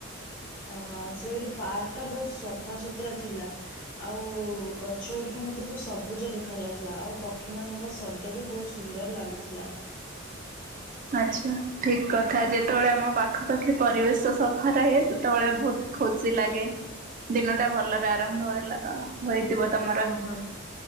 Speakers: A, on the left (about 45°); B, on the right (about 40°).
A: ଅ ସେଇଠି ପାର୍କ ଟା ବହୁତ୍ ସଫା ସୁତୁରା ଥିଲା। ଆଉ ଗଛ ଗୁଡିକ ମତେ ବହୁତ ସବୁଜ ଦେଖା ଯାଉଥିଲା, ଆଉ ପକ୍ଷୀ ମାନଙ୍କ ଶବ୍ଦ ବି ବହୁତ୍ ସୁନ୍ଦର୍ ଲାଗୁଥିଲା।
B: ଆଚ୍ଛା, ଠିକ୍ କଥା ଯେତେବେଳେ ଆମ ପାଖ ପାାଖି ପରିବେଶ ସଫା ରହେ, ସେତେବେଳେ ଭୁତ୍ ଖୁସି ଲାଗେ। ଦିନ ଟା ଭଲରେ ଆରମ୍ଭ ହେଲା ତ। ହୋଇଥିବ ତମ୍
A: ହଁ ହଁ